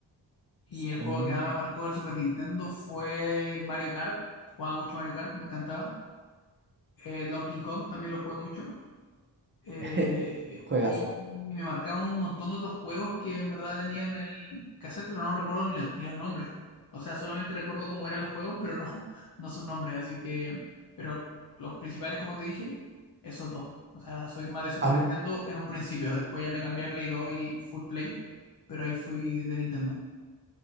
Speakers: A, on the left; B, on the right.
A: Y
B: S-
A: el juego
B: mm,
A: que más me marcó del Super Nintendo fue el Mario Kart. Jugaba mucho Mario Kart, me encantaba. El Donkey Kong también lo jugué mucho eh,
B: <laughs> Juegazo.
A: y me marcaron un montón de otros juegos que en verdad tenía en el cassette, pero no recuerdo ni los, ni los nombres. O sea, solamente recuerdo cómo eran los juegos, pero no, <laughs> no sus nombres. Así que, pero los principales, como te dije, esos dos. O sea, soy más de Super
B: A mí,
A: Nintendo en un principio. Después ya me cambié a Play 2 y Full Play, pero ahí fui de Nintendo. <laughs>